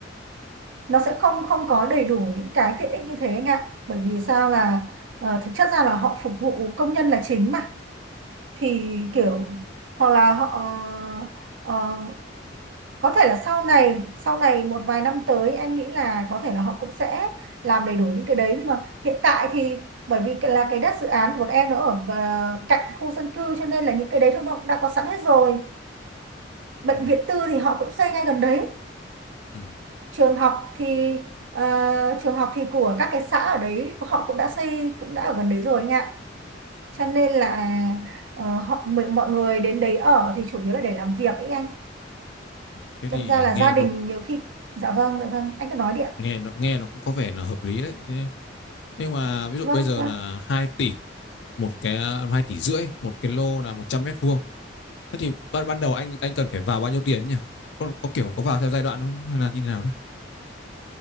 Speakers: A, on the right; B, on the left.
A: nó sẽ không không có đầy đủ những cái tiện ích như thế anh ạ bởi vì sao là ờ, thực chất ra là họ phục vụ công nhân là chính mà thì kiểu hoặc là họ ờ, ờ, có thể là sau này sau này một vài năm tới em nghĩ là có thể là họ cũng sẽ làm đầy đủ những cái đấy nhưng mà hiện tại thì bởi vì cái- là cái đất dự án của em nó ở ờ, cạnh khu dân cư cho nên là những cái đấy nó đã có sẵn hết rồi bệnh
B: Ừ,
A: viện tư thì họ cũng xây ngay gần đấy
B: ừ,
A: trường học thì ờ, trường học thì của các cái xã ở đấy họ cũng đã xây cũng đã ở gần đấy rồi anh ạ cho
B: ừ,
A: nên là Ờ, họ mình mọi người đến đấy ở thì chủ yếu là để làm việc ấy anh
B: ừ. Thế thì
A: đâm ra là
B: nghe
A: gia đình
B: có
A: nhiều khi dạ vâng dạ vâng anh cứ nói đi ạ
B: nghe nó nghe nó cũng có vẻ là hợp lý đấy. Thế- Nhưng mà ví dụ
A: vâng
B: bây giờ
A: vâng
B: là hai tỷ một cái 2 tỷ rưỡi một cái lô là 100 mét vuông. Thế thì ban ban đầu anh anh cần phải vào bao nhiêu tiền ấy nhỉ? Có có kiểu có vào theo giai đoạn không hay là như thế nào đấy?